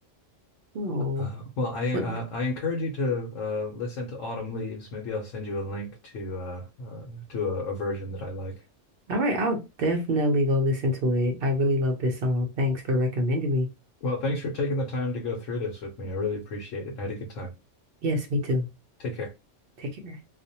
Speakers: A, on the right; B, on the left.
A: Oh.
B: Uh, well, I uh,
A: what.
B: I encourage you to uh, listen to Autumn Leaves. Maybe I'll send you a link to uh, uh, to a, a version that I like.
A: All right, I'll definitely go listen to it. I really love this song. Thanks for recommending me.
B: Well, thanks for taking the time to go through this with me. I really appreciate it. I had a good time.
A: Yes, me too.
B: Take care.
A: Take care.